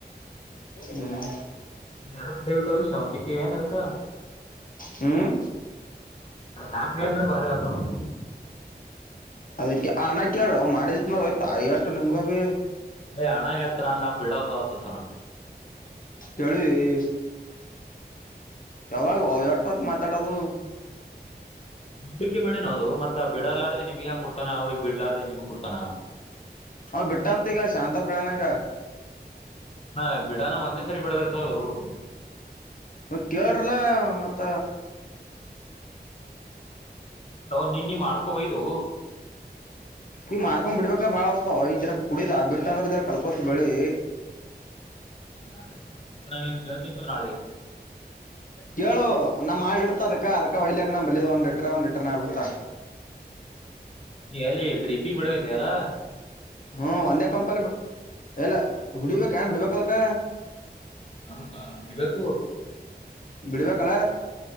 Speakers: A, on the left (about 50°); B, on the left (about 35°).
A: ಹ್ಮ್
B: ಎದಕ್ ಕುಡಿಬೇಕ ಅದು ಶಾವಂತಿಕ ಏನ್ ಅದಕ್ಕ
A: ಹ್ಮ್
B: ಹಾಕ್ಲಿ ಅಂದ್ರೆ ಭಾರಿ ಆತ ನೋಡ
A: ಅದಕ್ ಆ ಅಣ್ಣ ಕೆಲರೋ ಮಾಡಿದತ್ ನತಾಯ ಅಟ್ಟು ನಿಮ್ಗ ಬಿ
B: ಅಯ ಅಣ್ಣ ಹೇಳ್ತ ನ ನಮ್ ಬಿಡದಾವತತ್ತನ
A: ಕೇಳಿವಿ ಯಾವಾಗ ಎಟ್ಟ ವತ್ ಮಾತಾಡೋದು.
B: <unintelligible> ನೋದು ಮತ್ತತ್ ಬಿಡಲಾರ್ದದೆ ನಿಮ್ಗೆ ಹೆಂಗ ಕೊಡ್ತಾನ ಅವ್ರಿಗೆ ಬಿಡ್ಲಾರ್ದ ನಿಮ್ಗೆ ಕೊಡ್ತಾನ
A: ಅವ ಬಿಟ್ಟಂತ ಈಗ ಶಾಂತಪ ಹೇಳೆನ್ ಈಗ
B: ಹಾ ಬಿಡಾನ ಒಂದೇ ಸರಿ ಬಿಡದಿರ್ತ ಅದವು
A: ಮ ಕೇಳರಲ್ಲಾ ಮತ್ತ
B: ಅವ ನಿನ್ನೀ ನೀ ಮಾಡ್ಕೊಬಯದು
A: ಈ ಮಾಡ್ಕೊಂಡ್ ಬಿಡ್ಬೇಕ ಬಾಳ ಅಪ್ಪ ಈ ಜರ ಕುಡಿದ ಬಿಟ್ಟ ಅಂದ್ರ ಜರ ಕಲ್ಕೋತ್ ಬೆಳಿ
B: ಯಾರ ಕರ ಕೊಡ್ತ ಕೇಳಿತೋರಿ ಆಳಿಗೆ
A: ಕೇಳು ನಾ ಮಾಡಿ ಇಡ್ತ ಅದಕ್ಕ ಅದಕ ಹೊಯಲೇ ನಮ್ ಬಳಿದ ಒಂದ್ ಲಿಟರ್ ಒಂದ್ ಲಿಟರ್ ನಬಿಡ್ತ
B: ನೀ ಎಲ್ಲಿ ಡ್ರಿಪಿಂಗ ಬಿಡ ಇದಲ್ಲಾ
A: ಹ್ಮ ಒಂದೇ ಪಂಪ ಅಲ್ಲಿ ಎಲ್ಲ ಹುಡಿಬೇಕ ಏನ್ ಬಿಡ್ಬೇಕದಕ
B: ಹಕ್ಕಾ ಬಿಡ್ಬೇಕು.
A: ಬಿಡ್ಬೇಕಲ್ಲ